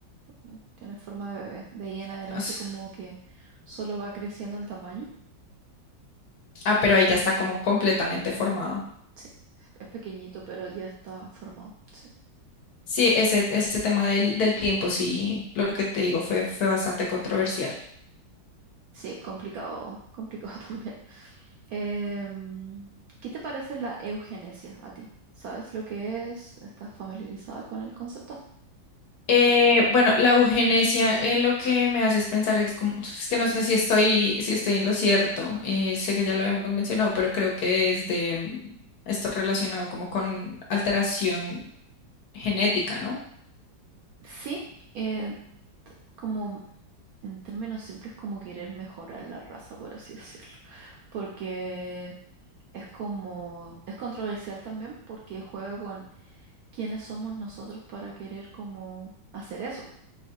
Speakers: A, on the right; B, on the left.
A: también tiene forma de bebé. De ahí en adelante
B: o sea,
A: como que solo va creciendo en tamaño
B: ah, pero ahí ya está como completamente formado.
A: Sí, es pequeñito, pero ya está formado. Sí,
B: Sí, ese, ese tema del, del tiempo, sí, lo que te digo fue, fue bastante controversial.
A: sí, complicado, complicado <laughs> también. Em, ¿qué te parece la eugenesia a ti? ¿Sabes lo que es? ¿Estás familiarizada con el concepto?
B: Eh, bueno, la eugenesia en lo que me haces pensar es como, es que no sé si estoy, si estoy en lo cierto, eh, sé que ya lo hemos mencionado, pero creo que es de mm, esto relacionado como con alteración genética, ¿no?
A: Sí, eh, como en términos simples, como querer mejorar la raza, por así <laughs> decirlo. Porque es como, es controversial también porque juega con quiénes somos nosotros para querer como hacer eso.